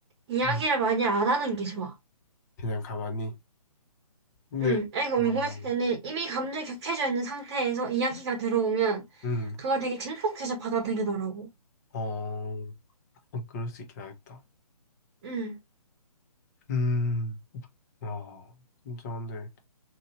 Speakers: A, on the right; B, on the left.
A: 이야기를
B: 음,
A: 많이 안 하는 게 좋아.
B: 그냥 가만히. 근데,
A: 응, 애가 울고
B: 어,
A: 있을 때는 이미 감정이 격해져 있는 상태에서 이야기가 들어오면
B: 음,
A: 그걸 되게 증폭해서 받아들이더라고.
B: 어, 그럴 수 있긴 하겠다.
A: 응,
B: 음, 아, 진짜 근데